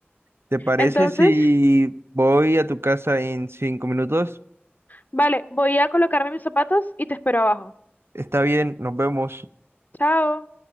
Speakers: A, on the right; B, on the left.
A: ¿Te parece
B: Entonces,
A: si voy a tu casa en cinco minutos?
B: vale, voy a colocarme mis zapatos y te espero abajo.
A: Está bien, nos vemos.
B: Chao.